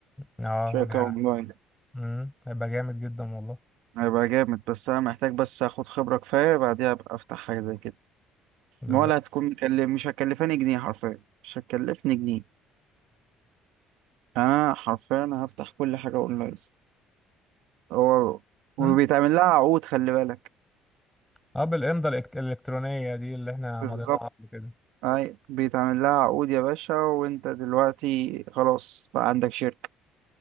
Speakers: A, in the centre; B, on the right.
A: اه
B: شركة
A: جا-
B: أونلاين
A: امم هيبقى جامد جدا والله
B: هيبقى جامد بس أنا محتاج بس آخد خبرة كفاية بعديها أبقى أفتح حاجة زي كده
A: بالظبط
B: ما ولا هتكون مكلف مش هتكلفاني جنيه حرفيا مش هتكلفني جنيه أنا حرفيا هفتح كل حاجة أونلاين هو وبيتعمل
A: امم
B: لها عقود خلي بالك
A: اه بالإمضة الإلكت- الإلكترونية دي اللي احنا
B: بالظبط
A: مضيناها قبل كده
B: اي بيتعمل لها عقود يا باشا وانت دلوقتي خلاص بقى عندك شركة